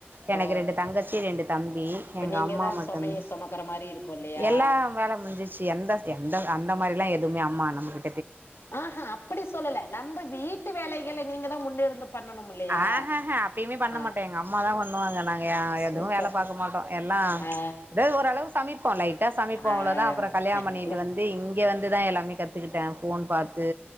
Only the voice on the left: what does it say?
ஓ
அப்ப
நீங்க
தா
சுமைய சுமக்கற மாரி இருக்கு இல்லையா
ஆ ஹா அப்டி சொல்லல நம்ம வீட்டு வேலைகள நீங்க தா முன்ன இருந்து பண்ணணும் இல்லையா
ஆ
சூப்பர்
ஆ
ஆ
எனக்குல